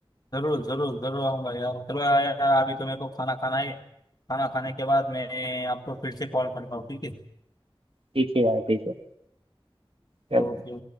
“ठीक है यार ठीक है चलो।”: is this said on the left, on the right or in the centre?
Right